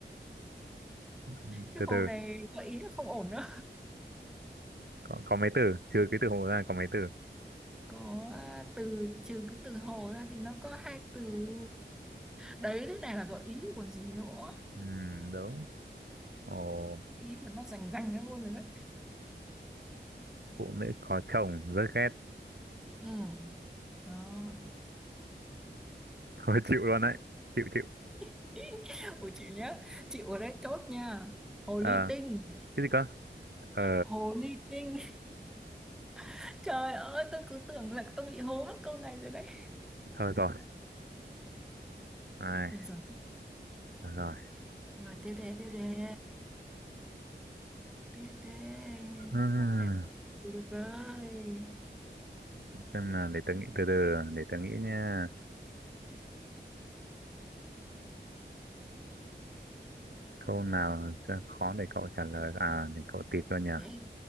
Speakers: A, on the right; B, in the centre.
A: Ừm,
B: cái
A: Từ
B: hồ
A: từ
B: này gợi ý là không ổn đâu
A: có có mấy từ trừ cái từ hồ ra có mấy từ.
B: có à, từ trừ cái từ hồ ra thì nó có hai từ đấy thế này là gợi ý còn gì nữa
A: Ừm, đúng. Hồ
B: ý mà nó rành rành ra luôn rồi đấy
A: phụ nữ có chồng rất ghét.
B: ừ đó
A: <laughs> Thôi chịu luôn đấy. Chịu chịu.
B: <laughs> của chị nhá chịu ở đây chốt nha hồ
A: Ờ
B: ly tinh
A: cái gì cơ? Ờ
B: hồ ly tinh <laughs> trời ơi tôi cứ tưởng là tôi bị hố mất câu này rồi đấy
A: thôi rồi. Ai
B: Bây giờ
A: thôi rồi.
B: rồi tiếp đề tiếp đề Tê tê,
A: Hmm,
B: con đẹp chịu được rồi.
A: xem nào để tớ nghĩ từ từ để tớ nghĩ nha. Câu nào sẽ khó để cậu trả lời à để cậu tịt luôn nhỉ.
B: Đấy,